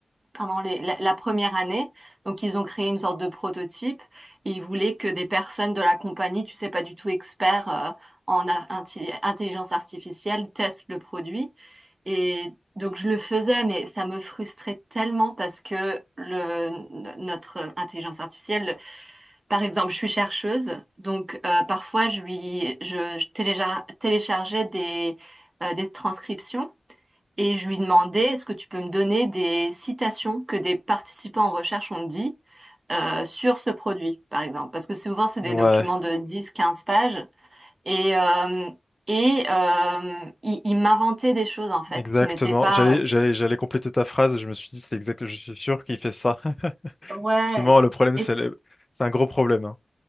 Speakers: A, on the right; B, on the left.
A: pendant les- la, la première année. Donc, ils ont créé une sorte de prototype et ils voulaient que des personnes de la compagnie, tu sais, pas du tout experts euh, en a- inti- intelligence artificielle, testent le produit. Et donc, je le faisais, mais ça me frustrait tellement parce que le, n- notre intelligence artificielle, par exemple, je suis chercheuse, donc euh, parfois, je, lui, je, je téléja- téléchargeais des, euh, des transcriptions. Et je lui demandais, est-ce que tu peux me donner des citations que des participants en recherche ont dit euh, sur ce produit, par exemple? Parce que souvent, c'est des
B: Mhm.
A: documents
B: Ouais,
A: de dix, quinze pages. Et, euh, et euh, il, il m'inventait des choses, en fait,
B: exactement.
A: qui n'étaient pas...
B: J'allais j'allais j'allais compléter ta phrase et je me suis dit, c'est exact, je suis sûr qu'il fait ça. <laughs>
A: euh, ouais.
B: Effectivement, le problème,
A: Et
B: c'est le- c'est un gros problème. hein.